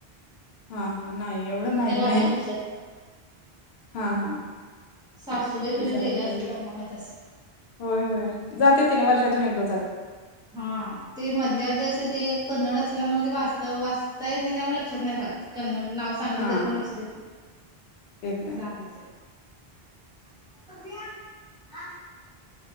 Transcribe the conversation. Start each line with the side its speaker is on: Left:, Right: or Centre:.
Left: हा हा नाही एवढं माहिती
Centre: त्या गाडीला
Left: नाही
Centre: पुजतात
Left: हा हा
Centre: सासूबाई तुझ्या
Left: विचारायला
Centre: गेल्या
Left: पाहिजे
Centre: असतील त्यांना माहित असेल
Left: होय होय जातात त्यांनी वर्षातून एकदा जातात
Centre: हा ते मधल्याध असं ते कन्नड असल्यामुळे ते वाच वाचता येत नाही त्यामुळे लक्षात नाही राहत कन्नड नाव सांगितलं
Left: हा
Centre: तरी पण लक्षात देत नाही
Left: येत नाही
Centre: चालचं हा